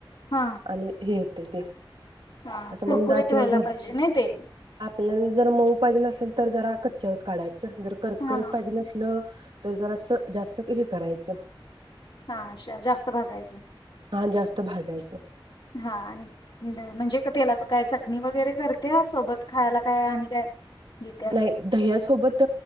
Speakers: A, on the left; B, on the right.
A: हा
B: आणि हे होते ते
A: हा
B: असं
A: कुरकुरीत
B: मंद आचेवर
A: व्हायला
B: भाज
A: पाहिजे नई ते
B: आपल्याला जर मऊ पाहिजेलं असेल तर जरा कच्च्या वच काढाचं जर करकरीत
A: हां
B: पाहिजेल असल तर जरा स जास्त करायचं
A: हा जास्त भाजायचं
B: हा जास्त भाजायचं
A: हा आणि म्हणजे त्यालाच काय चटणी वगैरे वगैरे करते सोबत खायला काय आणि काय घेत्यास
B: नाही दह्या सोबत